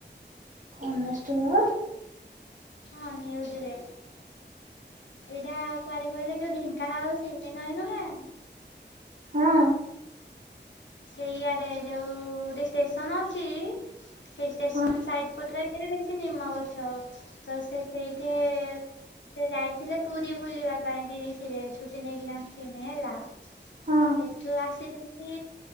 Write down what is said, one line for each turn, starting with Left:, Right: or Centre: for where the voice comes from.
Right: କନେଷ୍ଟେବଳ।
Left: ହଁ ନ୍ୟୁଜ୍ ରେ। ଏଇଟା କୁଆଡେ କହିଲେ ଯଉ ଢେଙ୍କାନାଳ ସିମିନଇ ନୁହେଁ
Right: ହଁ।
Left: ହେଇଆଡେ ଯଉ ଷ୍ଟେସନ ଅଛି ସେଇ ଷ୍ଟେସନ
Right: ହଁ
Left: ସାଇଡ୍ ପଟରେ ସେରା ବେଶୀ ନିମ ଗଛ ତ ସେ ସେଇଠି ସେ ଯାଇଥିଲେ ପୁରୀ ବୁଲିବା ପାଇଁ ଦିରି ସିରେ ଛୁଟି ନେଇକିନା ଆସିନି ହେଲା।
Right: ହଁ
Left: ସେଠୁ ଆସିଚନ୍ତି